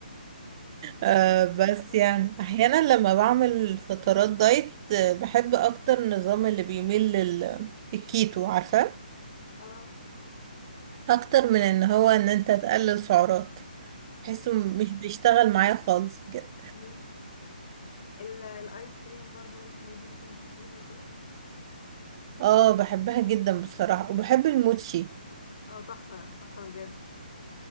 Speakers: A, on the right; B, on the left.
A: آه
B: <laughs>
A: بس يعني احيانا لما بعمل فترات دايت آه، بحب اكتر النظام اللي بيميل لل- للكيتو عارفة
B: اه
A: اكتر من ان هو ان انت تقلل سعرات بحسه مش بيشتغل معايا خالص بجد
B: ايوه ال- الايس كريم برضو والحاجات دي مثلا تاكليها وكده
A: اه بحبها جدا بصراحة وبحب الموتشي
B: اه تحفه تحفه بجد